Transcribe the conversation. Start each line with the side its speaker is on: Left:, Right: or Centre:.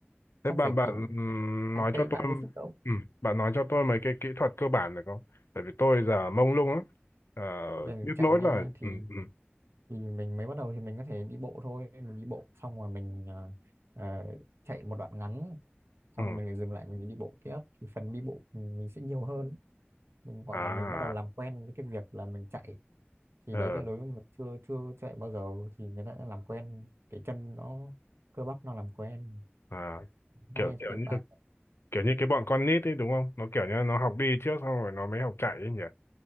Left: thế
Right: không
Left: bạn
Right: phải
Left: bạn
Right: kiểu
Left: ừm,
Right: hai
Left: nói
Right: cây
Left: cho
Right: 30
Left: tôi
Right: phút đâu
Left: ừ, bạn nói cho tôi mấy cái kỹ thuật cơ bản được không bởi vì tôi giờ mông lung lắm ờ,
Right: về
Left: biết
Right: chạy
Left: nỗi
Right: nha
Left: là
Right: thì
Left: ừ, ừ,
Right: thì mình mới bắt đầu thì mình có thể đi bộ thôi mình đi bộ xong rồi mình ờ, ờ, chạy một đoạn ngắn
Left: ừ.
Right: xong rồi mình lại dừng lại mình đi bộ tiếp thì phần đi bộ mình mình sẽ nhiều hơn mình gọi
Left: à
Right: là mình bắt đầu làm quen với cái việc là mình chạy thì
Left: ờ
Right: đấy là đối với người chưa chưa chạy bao giờ thì người ta đã làm quen cái chân nó cơ bắp nó làm quen
Left: à, kiểu
Right: hai
Left: kiểu
Right: thì
Left: như
Right: bạn
Left: kiểu như cái bọn con nít ấy đúng không nó kiểu như nó học đi trước xong rồi nó mới học chạy ấy nhỉ